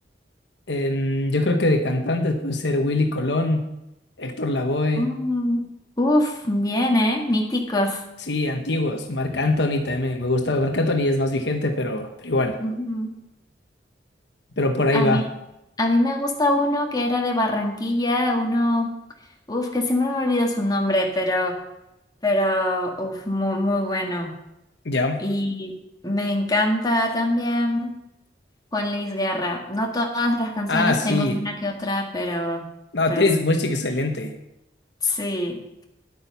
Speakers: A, on the left; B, on the left.
A: em, yo creo que de cantantes puede ser Willy Colón, Héctor Lavoe.
B: Mm, Uf, bien, ¿eh? Míticos.
A: Sí, antiguos. Marc Anthony también me gusta. Marc Anthony es más vigente, pero, pero igual.
B: Ujú.
A: Pero por ahí
B: A
A: va.
B: mí, a mí me gusta uno que era de Barranquilla, uno, uf, que siempre me olvido su nombre, pero, pero, uf, muy, muy bueno.
A: Ya.
B: Y me encanta también Juan Luis Guerra. No todas las canciones
A: Ah, sí.
B: tengo una que otra, pero,
A: No,
B: pero
A: tiene
B: s-
A: muy excelente.
B: sí,